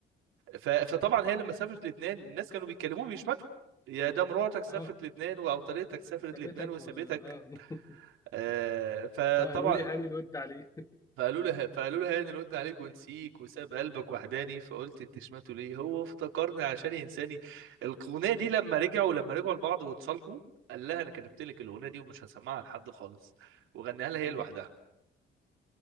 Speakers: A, on the right; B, on the left.
A: ف... فطبعا هي لما سافرت لبنان الناس كانوا بيتكلموا بيشمتوا يا ده مراتك سافرت
B: اه
A: لبنان او طريقتك سافرت
B: سابتك
A: لبنان وسابتك
B: و اه <laughs>
A: آه، فطبعا
B: فقالوا لي هاني الود عليه
A: فقالوا له فقالوا له هاني رد عليك ونسيك وساب قلبك وحداني فقلت انت شماته ليه هو افتكرني عشان ينساني الاغنيه
B: مم.
A: دي لما رجعوا لما رجعوا لبعض واتصالحوا قال لها انا كتبت لك الاغنيه دي ومش هسمعها لحد خالص وغناها لها هي
B: مم.
A: لوحدها